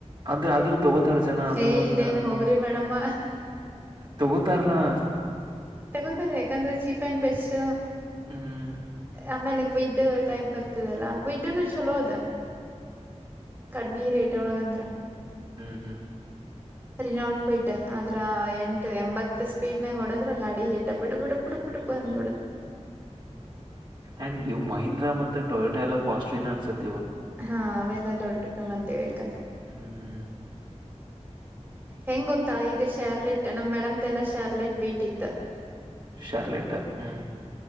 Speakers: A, on the right; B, on the right.
A: ಅದು ಆದ್ರ ತಗೋತಾರ ಜನ ಅದು
B: ಏಯ್
A: ಒಂದು
B: ಇದೇನ್ ಹೋಗ್ರಿ ಮೇಡಮ್ಮ
A: ತಗೋತಾರಲ್ಲಾ
B: ತಗೋತಾರೆ ಯಾಕಂದ್ರೆ ಚೀಪ್ ಅಂಡ್ ಬೆಸ್ಟ್
A: ಹ್ಮ್
B: ಆಮೇಲೆ ಕ್ವಿಡ್ ಟೈಪ್ ಬರ್ತದಲ್ಲ ಕ್ವಿಡ್ನು ಚಲೋ ಅದ ಕಡಿಮಿ ರೇಟ್ ಒಳಗಂದ್ರ
A: ಹ್ಮ್ ಹ್ಮ್
B: ರಿೀ ನೋಟ್ಕ ಇಡ್ ಆದ್ರ ಎಂಟ ಎಂಬತ್ ಸ್ೀಡ್ನ ಹೊಡದ್ರ ಗಾಡಿ ಎಡ್ ಬಿಡ್ಬ ಬಿಡ ಬಿಡು ಬಿಡ್ ಬಂದ್ ಬಿಡ
A: ಅಂಡ್ ಮಹೀಂದ್ರಾ ಮತ್ತೆ ಟೊಯಟೋ ಎಲ್ಲ ಕಾಸ್ಟ್ಲಿನ ಅನ್ಸತ್ತೆ
B: ಹಾ ಅವೆಲ್ಲ ದೊಡ್ಡ ಮಂದಿ ಬಲ್ಲ
A: ಹ್ಮ್
B: ಹೆಂಗ್ ಗೊತ್ತಾ ಇದೆ ಶಾರ್ಲೆಟ್ ನಮ್ಮ ಮೇಡಮ್ದಲ್ಲ ಶಾರ್ಲೆಟ್ ಬೀಟ್ಟಿತ್ತು
A: ಶಾರ್ಲೆಟ ಹ್ಮ್